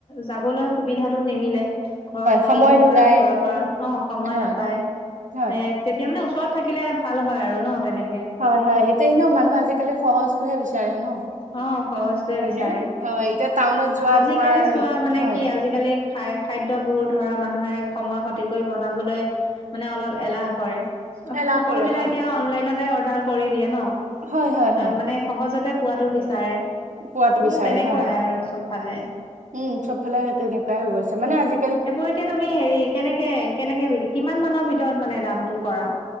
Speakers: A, on the left (about 45°); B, on the right (about 85°).
A: যাবলৈ সুবিধাটো নিমিলে ঘৰৰ হয়
B: সময়
A: কোনোবা
B: নোলায়
A: ঘৰৰ পৰা অ সময়
B: হয়
A: নাপায়
B: হয়
A: এ তেতিয়া মানে ওচৰত থাকিলে ভাল হয় আৰু ন তেনেক
B: হয় হয় এটোয়া এনেও মানুহ আজিকালি সহজটোহে বিচাৰে ন
A: অ সহজটোৱে
B: হয়নে
A: বিচাৰে
B: হয় এতিয়া টাউনত যোৱা
A: আজিকালি
B: তোমাৰ
A: চোৱা মানে
B: হয়
A: কি আজিকালি খাদ্যবোৰো ধৰা মানুহে সময় ক্ষতি কৰি বনাবলৈ মানে অলপ এলাহ কৰে
B: এলাহ
A: সকলোবিলাক
B: কৰে হয়
A: এতিয়া অনলাইনতে অৰ্ডাৰ কৰি দিয়ে ন
B: হয় হয়
A: মানে সহজতে পোৱাতটো বিচাৰে
B: পোৱটো
A: হলেও
B: বিচাৰে
A: তেনেকুৱাই
B: হয়
A: আৰু চবফালে
B: উম চবফালে তেনেকুৱাই হৈ গৈছে মানে আজি
A: এইবোৰ এতিয়া তুমি হেৰি কেনেকে কেনেকে বিকি কিমান মানৰ ভিতৰত মানে দামটো কৰা